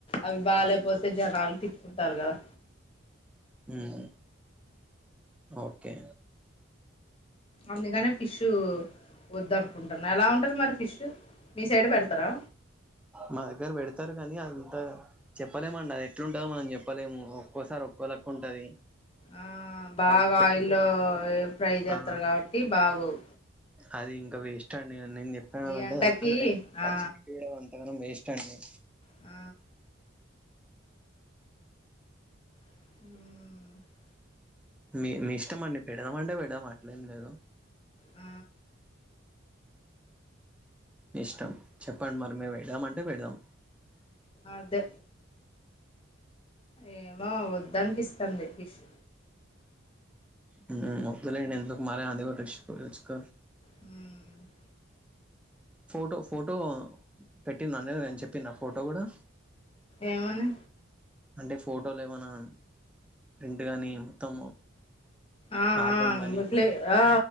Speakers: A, on the left; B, in the centre.
A: అవి బాలేేపోతే జనాలు తిట్టుకుంటారు కదా
B: ఉమ్ ఓకే
A: అందుకనే ఫిష్ వద్దు అనుకుంటున్నా ఎలా ఉంటుంది మరి ఫిష్ మీ సైడ్ పెడతారా
B: మా దగ్గర పెడతారు కానీ అంతా చెప్పలేమండి అది ఎట్లుంటదో మనం చెప్పలేము ఒక్కోసారి ఒక్కో లెక్క ఉంటది
A: ఊ బాగా
B: అది పెట్టదు
A: ఆయిల్లో ఫ్రై చేస్తారు
B: ఆ
A: కాబట్టి బాగోవు
B: అది ఇంకా వేస్ట్ అండి నీన్ చెప్
A: ఈ ఎండకి
B: ఈ ఖర్చు
A: ఆ
B: పెడడం అంతగనం వేస్ట్ అండి
A: ఆ హు
B: మీ మీ ఇష్టమండి పెడదామంటే పెడదాం అట్లేమిలేదు
A: ఆ
B: ఇష్టం చెప్పండి మరి మేము పెడదాము అంటే పెడదాం
A: అదే ఏం అబ్బా వద్దనిపిస్తంది పిష్
B: హు వొద్దులెండి ఎందుకు మరీ అది రిస్క్ రిస్క్
A: ఉమ్
B: ఫోటో ఫోటో పెట్టిందండి నేను చెప్పిన ఫోటో కూడా
A: ఏమని
B: అంటే ఫోటోల ఏమన్నా ప్రింట్ కానీ మొత్తం
A: ఆ
B: ఆల్బమ్
A: ఆ
B: గాని
A: ఆ